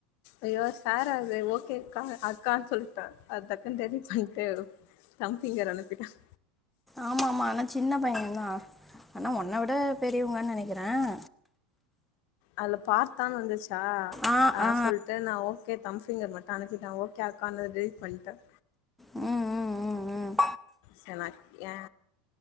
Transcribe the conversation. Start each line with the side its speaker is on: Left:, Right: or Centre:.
Left: ஐயோ சார அது ஓகேக்கா அக்கான்னு சொல்லிட்டேன் அது டக்குன்னு தெரிஞ்சி பண்ணிட்டேன் எதோ தம்ப் பிங்கர் அனுப்பிட்டேன்
Centre: ஆமா ஆமா ஆனா சின்ன பையன் தான் ஆனா உன்னை விட பெரியவங்கன்னு நெனைக்கிறேன்
Left: அதுல பார்த்தான்னு வந்துச்சா
Centre: ஆ
Left: ஆஹ்
Centre: ஆ ஆ.
Left: சொல்ட்டு நான் ஓகே தம்ப் ஃபிங்கர் மட்டும் அனுப்பிட்டேன் ஓ அக்கான்னு டெலேட் பண்ட்டேன்
Centre: உஹம் உம் உம் உம்
Left: செலக்யா